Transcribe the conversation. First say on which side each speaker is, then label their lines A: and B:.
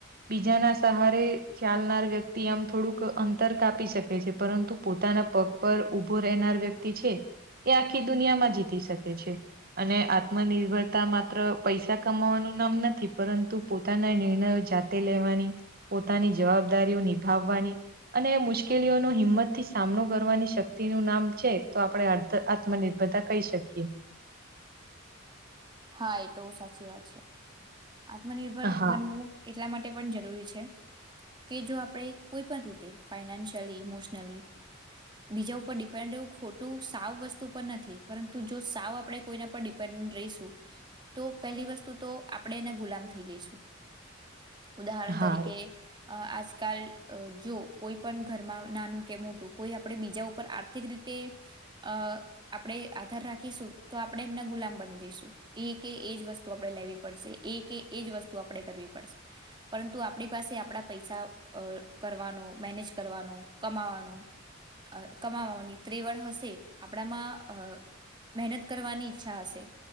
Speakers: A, on the right (about 50°); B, on the right (about 25°).
A: બીજાના સહારે ચાલનાર વ્યક્તિ આમ થોડુંક અંતર કાપી શકે છે પરંતુ પોતાના પગ પર ઉભો રહેનાર વ્યક્તિ છે એ આખી દુનિયામાં જીતી શકે છે. અને આત્મનિર્ભરતા માત્ર પૈસા કમાવાનું નામ નથી પરંતુ પોતાના નિર્ણયો જાતે લેવાની પોતાની જવાબદારીઓ નિભાવવાની અને મુશ્કેલીઓનો હિંમત થી સામનો કરવાની શક્તિનું નામ છે તો આપણે આ - આત્મનિર્ભરતા કહી શકીએ.
B: હા ઈ તો સાચી વાત છે આત્મનિર્ભર
A: હા
B: બનવું એટલા માટે પણ જરૂરી છે. કે જો આપણે કોઈ પણ રીતે ફાઈનાન્શિયલી ઇમોશનલી બીજા ઉપર ડિપેન્ડ એવું ખોટું સાવ વસ્તુ પર નથી પરંતુ જો સાવ આપડે કોઈના પર ડીપે રહીશું તો પેલી વસ્તુ તો આપણે એના ગુલામ થઈ જઈશું. ઉદાહરણ
A: હા
B: તરીકે અ આજકાલ અ જો કોઈ પણ ઘરમાં નાનું કે મોટું કોઈ આપણે બીજા ઉપર આપણે આર્થિક રીતે તે અ આપણેે આધાર રાખીશું. તો આપણેે એમના ગુલામ બની જઈશું. એ કે એજ વસ્તુ આપણે લેવી પડશે એ કે એ જ વસ્તુ આપણે કરવી પડશે. પરંતુ આપણી પાસે આપણા પૈસા અ કરવાનું મેનેજ કરવાનું કમાવાનું અ કમાવાની ત્રેવડ હશે આપણામાં અ મહેનત કરવાની ઈચ્છા હશે.